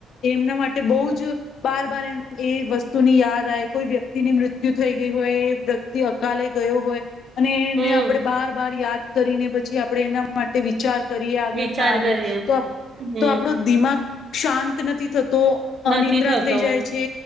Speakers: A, on the left; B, on the right.
A: એમના માટે બઉજ બાર-બાર એ-એ વસ્તુની યાદ આઈ, કોઈ વ્યક્તિની મૃત્યુ થઈ ગઈ હોય એ વ્યક્તિ કાલે ગયો હોય અને એને
B: હમ
A: આપડે બાર-બાર યાદ કરીને પછી આપણે એના માટે વિચાર કરીએ આગળ
B: વિચાર
A: ને આગળ
B: કરીએ
A: તો-તો
B: હમ
A: આપડું દિમાગ શાંત નથી થત તો,
B: નથી
A: અનિંદ્રા
B: થતો
A: થઈ જાય છે,